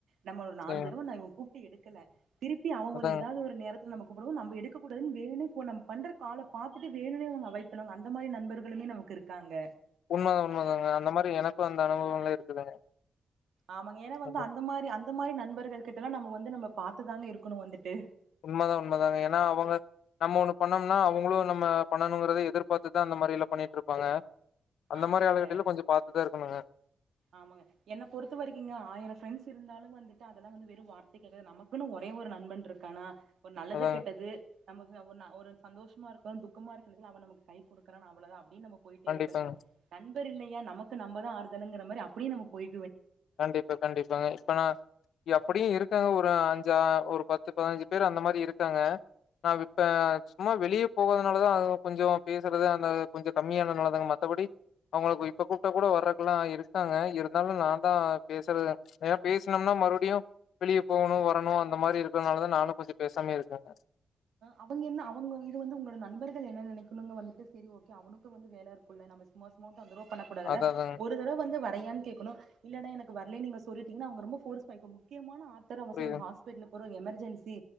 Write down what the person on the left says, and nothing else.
சரிங்க
அதாங்க.
உண்மதா உண்மதாங்க அந்த மாரி எனக்கு அந்த அனுபவம்ல இருக்குதுங்க
அதா
உண்மதா உண்மதாங்க ஏன்னா அவங்க நம்ம ஒண்ணு பண்ணோம்னா அவங்களு நம்ம பண்ணணுங்கறத எதிர்பாத்துதா அந்த மாரில்லா பண்ணிட்ருப்பாங்க அந்த
மாரி ஆளுகிட்டலா கொஞ்ச பாத்துதா இருக்கணுங்க
அதாங்க.
கண்டிப்பாங்க.
கண்டிப்பா கண்டிப்பாங்க இப்பனா அப்டியு இருக்காங்க ஒரு அஞ்சா ஒரு பத்து பதினஞ்சு பேர் அந்த மாரி இருக்காங்க நா இப்ப சும்மா வெளியே போகாதுனாலதா அது கொஞ்ச பேசறது அந்த கொஞ்ச கம்மியானதுனால தாங்க மத்த படி அவங்களுக்கு இப்ப கூப்ட்ட கூட வர்றக்கலா இருக்காங்க இருந்தாலு நான் தா பேசுறது ஏ பேசனம்னா மறுபடியு வெளியே போகணு வரணு அந்த மாரி இருக்கிறதுனாலதா நானு கொஞ்ச பேசாமே இருக்கேங்க
அதா அதாங்க
புரியுதுங்